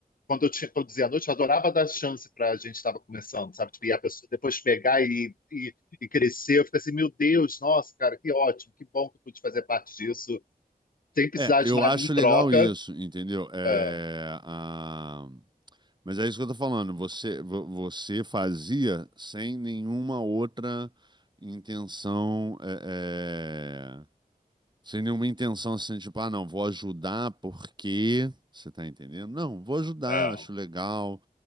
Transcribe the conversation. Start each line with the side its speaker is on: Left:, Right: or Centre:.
Left: quando eu tinha produzia à noite, eu adorava dar chance para a gente estava começando, sabe? Tipo, e a pessoa depois pegar e, e, e crescer. Eu fico assim, meu Deus, nossa, cara, que ótimo, que bom que eu pude fazer parte disso, sem precisar
Right: é, eu
Left: de nada
Right: acho
Left: em troca.
Right: legal isso, entendeu? É,
Left: É,
Right: a- Mas é isso que eu tô falando. Você, vo- você fazia sem nenhuma outra intenção, é, é, sem nenhuma intenção assim, tipo, ah, não, vou ajudar porque. Você tá entendendo? Não, vou ajudar,
Left: é,
Right: acho legal.